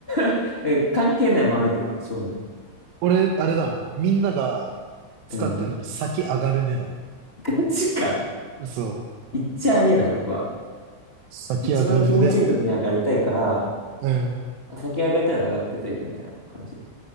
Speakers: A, on the left (about 75°); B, on the right (about 75°).
A: だから関係ない周りとか、正味。
B: 俺、あれだもん。みんなが使ってんのに先上がるねだも
A: うん。ガチか。
B: ん。そう。
A: 行っちゃありえない、僕は。
B: 先上がるねで、
A: 一番気持ちいい時に上がりたいから、
B: うん。
A: あ先上がりたいなら上がってといてみたいな感じ。